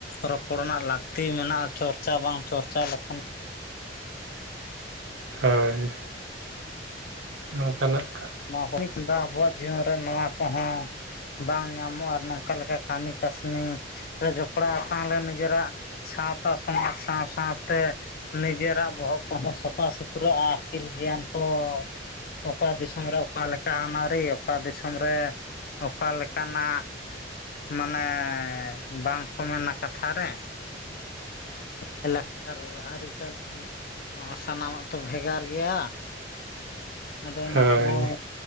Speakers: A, on the left (about 55°); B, on the right (about 80°).
A: ᱨᱚᱯᱚᱲ ᱨᱮᱱᱟᱜ ᱞᱟᱹᱠᱛᱤ ᱢᱮᱱᱟᱜᱼᱟ ᱪᱚᱨᱪᱟ ᱵᱟᱝ ᱪᱚᱨᱪᱟ ᱞᱮᱠᱷᱟᱱ
B: ᱦᱳᱭ ᱱᱚᱝᱠᱟ ᱱᱟᱜ
A: ᱱᱚᱣᱟ ᱦᱩᱭ ᱠᱮᱫᱟ ᱟᱵᱚᱣᱟᱜ ᱡᱤᱭᱚᱱ ᱨᱮ ᱱᱚᱣᱟ ᱠᱚᱦᱚᱸ ᱵᱟᱝ ᱧᱟᱢᱚᱜᱼᱟ ᱱᱚᱝᱠᱟ ᱞᱮᱠᱟ ᱠᱟᱹᱢᱤ ᱠᱟᱹᱥᱱᱤ ᱨᱮ, ᱡᱚᱯᱲᱟᱣ ᱛᱟᱦᱮᱞᱮᱱ ᱜᱮ ᱱᱤᱡᱮᱨᱟᱜ ᱥᱟᱶᱛᱟ ᱥᱚᱢᱟᱡᱽ ᱥᱟᱶ ᱥᱟᱶᱛᱮ ᱱᱤᱡᱮᱨᱟᱜ ᱵᱚᱦᱚᱜ ᱠᱚᱦᱚᱸ, ᱥᱟᱯᱷᱟ ᱥᱩᱛᱨᱟᱹᱜᱼᱟ, ᱟᱹᱠᱤᱞ ᱜᱮᱭᱟᱱ ᱠᱚ ᱚᱠᱟ ᱫᱤᱥᱚᱢ ᱫᱤᱥᱚᱢ ᱨᱮ ᱚᱠᱟᱮᱠᱟ ᱟᱹᱱᱼᱟᱹᱨᱤ ᱚᱠᱟ ᱫᱤᱥᱚᱢ ᱨᱮ ᱚᱠᱟ ᱞᱮᱠᱟᱱᱟᱜ ᱢᱟᱱᱮ ᱵᱟᱝ ᱠᱚ ᱢᱮᱱᱟ ᱠᱟᱛᱷᱟ ᱨᱮ ᱞᱟᱭᱼᱞᱟᱠᱪᱟᱨ ᱟᱹᱨᱤᱼᱪᱟᱹᱞᱤ, ᱦᱚᱸ ᱥᱟᱱᱟᱢᱟᱜ ᱛᱚ ᱵᱷᱮᱜᱟᱨ ᱜᱮᱭᱟ᱾ ᱟᱫᱚ ᱚᱱᱟ
B: ᱦᱳᱭ
A: ᱠᱚᱦᱚᱸ